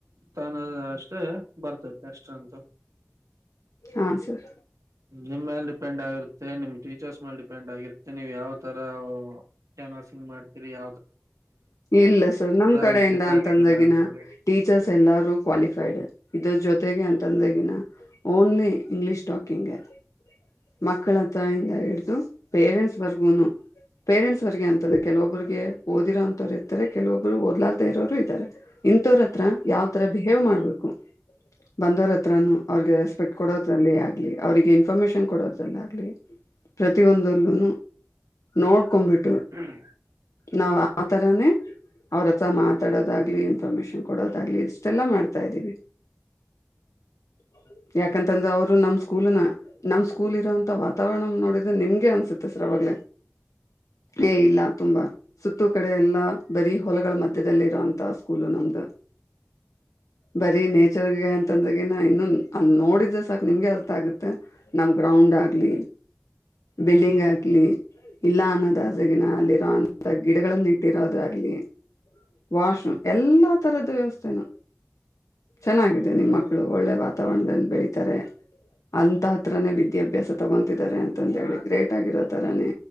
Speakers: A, on the right; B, on the left.
A: ತಾನ ಅಷ್ಟೇ. ಬರ್ತೈತೆ ಎಕ್ಸ್ಟ್ರಾ ಅಂತ.
B: ಹಾ ಸರ್
A: ನಿಮ್ ಮೇಲೆ ಡಿಪೆಂಡ್ ಆಗಿರುತ್ತೆ ನಿಮ್ ಟೀಚರ್ಸ್ ಮೇಲೆ ಡಿಪೆಂಡ್ ಆಗಿರುತ್ತೆ ನೀವು್ ಯಾವ್ ತರ ಕೆ. ್ ಮಾಡ್ತತಿರಿ ಯ.
B: ಇಲ್ಲ ಸರ್ ನಮ ಕಡೆಯಿಂದ
A: ವಿಸಿಟ್
B: ಅಂತಂದಾಗಿನ
A: ಆಗ್ತೀರಿ ಅಂತೇಳಿ ಹೇಳ್ಬೇಕ್
B: ಟೀಚರ್ಸ್ ಎಲ್ಲಾರೂ ಕ್ವಾಲಿಫೈಡ್. ಇದ ಜೊತೆಗೆ ಅಂತಂದ್ರೆಗಿನ ಓನ್ಲಿ ಇಂಗ್ಲಿೀಷ್ ಟಾಕಿಂಗಗೆ. ಮಕ್ಕಳತ್ತ ಹಿಂದ ಹಿಡ್ದು. ಪೇರೆಂಟ್ಸ್ ಬರ್ಗೂನು ಪೇರೆಂಟ್ಸ್ವರ್ಗೆ ಅಂತದೆ ಕೆಲವೊಬ್ರಿಗೆ. ಓದಿರೋ ಅಂತವ್ರು ಇರ್ತ ಕೆಲೊಬ್ರು ಓದಲಾರ್ದ ಇರೋರು ಇದ್ದಾರೆ ಇಂಥವ್ರ ಹತ್ರ ಯಾವ್ ತರ ಬಿಹೇವ್ ಮಾಡ್ಬೇಕು. ಬಂದವರ ಹತ್ರ ಅವ್ರಿಗೆ ರೆಸ್ಪೆಕ್ಟ್ ಕೊಡೋದಲ್ಲಿ ಆಗ್ಲಿ ಅವ್ರಿಗೆ ಇನ್ಫಾರ್ಮೇಶಷನ್. ಕೊಡೋದಲ್ಲ ಆಗ್ಲಿ ಪ್ರತಿಿಯ ಒಂದಲ್ಲೂ ನೋಡ್ಕೊಂಡ್ಬಿಟ್ಟ.
A: ಹ್ಮ್.
B: ನಾವು ಆ ತರಾನ. ಅವ್ರ ಹತ್ರ ಮಾತಾಡೋದಾಗ್ಲಿ ಇನ್ಫಾರ್ಮೇಶನ್ ಕೊಡೋದಾಗ್ಲಿ ಇಷ್ಟೆಲ್ಲ ಮಾಡ್ತಾ ಇದ್ದೀವಿ. ಹ ಯಾಕಂತಂದ್ರ ಅವ್ರು ನಮ್ ಸ್ಕೂಲ್ನ ನಮ್ ಸ್ಕೂಲ್ ಇರೋಂತ ವಾತಾವರಣ ನೋಡಿದ್ರೆ ನಿಮ್ಗೆ ಅನ್ಸುತ್ತೆ ಸರ್ ಅವಾಗ್ಲೆ. ಏ ಇಲ್ಲ ತುಂಬಾ. ಸುತ್ತೂ ಕಡೆ ಎಲ್ಲಾ ಬರೀ ಹೊಲಗಳ ಮಧ್ಯದಲ್ಲಿ ಇರೋಂತ ಸ್ಕೂಲು ನಮ್ದು. ಬರೀ ನೇಚರ್ಗೆ ಅಂತಂದನ ಇನ್ನು ಅಲ್ಲಿ ನೋಡಿದ್ರೆ ಸಾಕ ನಿಮ್ಗೆ ಅರ್ಥ ಆಗುತ್ತೆ ನಮ್ ಗ್ರೌಂಡ್ ಡಗ್ಲಿ ಬಿಲ್ಡಿಂಗ್ ಆಗ್ಲಿ ಇಲ್ಲ ಅನ್ನೋದದೇಗಿನ ಅಲ್ಲಿರೊ ಅಂ ಗಿಡಗಳನ್ನ ಇಟ್ಟಿರೋದಾಗ್ಲಿ ವಾಶ್ರೂಮ್ ಎಲ್ಲಾ ತರದ್ ವ್ಯವಸ್ ಚನ್ ಚೆನ್ನಾಗಿದೆ ನಿಮ್ಮ ಮಕ್ಕಳು ಒಳ್ಳೆ ವಾತಾವರ್ಣದಲ್ ಬೆಳೀತಾರೆ. ಅಂತ ಹತ್ರನೇ ವಿದ್ಯಾಭ್ಯಾಸ ತಗೊಂತಿದ್ದಾರೆ ಅಂತಂತ ಹೇಳಿ ಗ್ರೇಟ್ ಆಗಿರೋ ತರಾನೇ